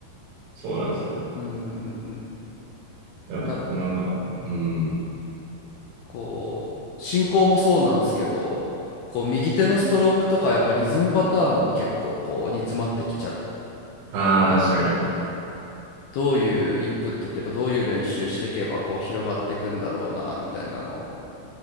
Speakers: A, on the right; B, on the left.
A: そうなんですよ。
B: うんうんうんうん。
A: やっぱ、
B: な、
A: なんか、うん。
B: こう、進行もそうなんですけど、こう、右手のストロークとか、やっぱリズムパターンも結構、こう、煮詰まってきちゃった。
A: ああ、確かに。
B: どういうインプットっていうか、どういう練習していけば、こう、広がっていくんだろうな、みたいなのを。